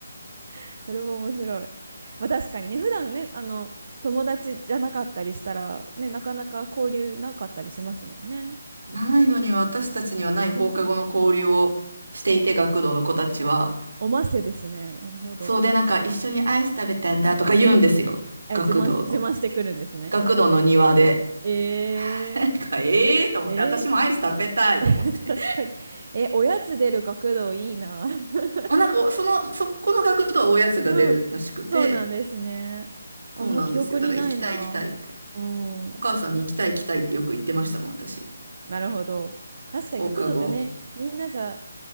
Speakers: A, on the right; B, on the right.
A: <laughs> それも面白い。まあ確かにね、普段ね、あの、友達じゃなかったりしたら、ね、なかなか交流なかったりしますもんね。そっか。
B: ないのに私たちにはない放課後の交流をしていて、学童の子たちは。
A: おませですね。なるほど。
B: そうで、なんか一緒にアイス食べたんだとか言うんですよ。
A: え、
B: 学童の。
A: 自慢、自慢してくるんですね。
B: 学童の庭で。
A: えー、
B: <laughs> なんか、ええー、と思って、
A: え
B: 私もアイス食べたいと思って。
A: ー、<laughs> 確かに。え、おやつ出る学童いいな。<laughs>
B: あ、なんか、その、そこの学童はおやつが出るらしくて、
A: うん。そうなんですね。あんま記憶にないな。
B: そうなんですよ。だから行きたい行きたいって。
A: うん。
B: お母さんに行きたい行きたいってよく言ってましたもん、私。
A: なるほど。確かに学童ってね、
B: 放課後。
A: みんなじゃ、